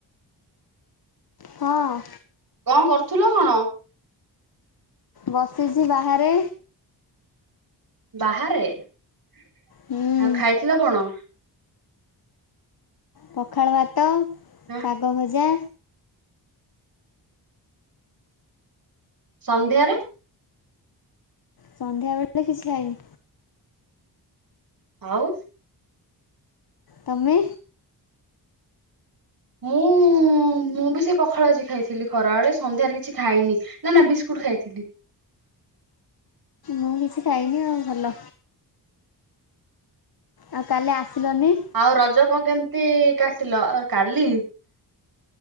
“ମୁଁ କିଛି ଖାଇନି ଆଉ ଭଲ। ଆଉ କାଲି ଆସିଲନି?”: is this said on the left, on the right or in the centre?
Left